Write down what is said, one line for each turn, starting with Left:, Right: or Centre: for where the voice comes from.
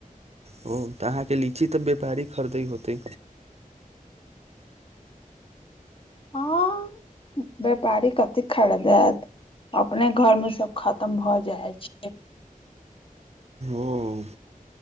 Right: ओ तऽ अहाँकेँ लीची तऽ व्यापारी खरीदै होतै
Left: हँ। व्यापारी कथि खरीदत अपने घर मे सभ खतम भ जाय छै
Right: ओ।